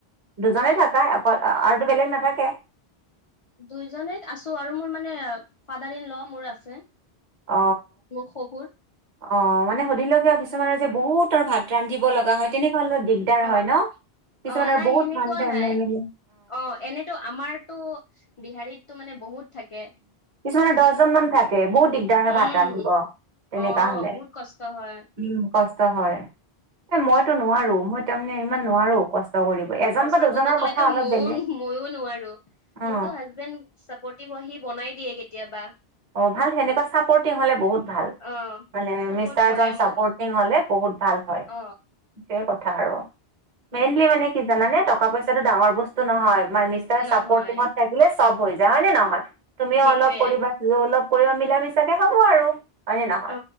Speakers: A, on the right; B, on the left.
A: দুজনে থাকা অকল আৰুতো বেলেগ নাথাকে
B: দুইজনেই আছো আৰু মোৰ মানে ফাদাৰ ইন ল মোৰ আছে
A: অ
B: মোৰ শহুৰ
A: অ মানে সুধিলেগে পিছ তোমাৰ বহুতৰ ভাত ৰান্ধিব লগা হয় তেনেকুৱা হলে দিগদাৰ
B: অ
A: হয় ন কিছুমানৰ
B: অ নাই
A: বহুত
B: সেনেকুৱা
A: মানুহ ফেমেলি
B: নাই অ এনেতো আমাৰতো বিহাৰীত তো মানে বহুত থাকে
A: কিছুমানে দহজনমান থাকে বহুত দিগদাৰ হয়
B: উম
A: ভাত ৰান্ধিব তেনেকা
B: অ
A: হলে
B: বহুত কষ্ট হয়
A: উম ক কষ্ট হয় এ মইতো নোৱাৰো মই তাৰমানে ইমান নোৱাৰো কষ্ট কৰিব এজন
B: সঁচা
A: বা দুজনৰ
B: ক'ব গলেতো
A: কথা অলপ
B: ময়ও
A: বেলেগ
B: ময়ো নোৱাৰো
A: অ
B: মোৰতো হাজবেণ্ড চাপৰ্টিভ হৈ সি বনাই দিয়ে কেতিয়াবা
A: অ ভাল সেনেকুৱা চাপৰ্টিং হলে বহুত ভাল
B: অ
A: মানে
B: চাপৰ্ট
A: মিষ্টাৰ
B: কৰে
A: জন চাপৰ্টিং
B: মোক
A: হলে বহুত ভাল হয়
B: অ
A: হেয়ে কথা। মেইনলি মানে কি জানানে টকা পইচাটো ডাঙৰ বস্তু নহয়। মিষ্টাৰ
B: নহয়
A: চাপৰ্টিভট থাকিলে চব হৈ যায় হয় নে নহয় তুমিও
B: সেইটোৱে
A: অলপ কৰিবা। সিও অলপ কৰিব মিলা মিছাকে হ'ব আৰু হয় নে নহয়
B: অ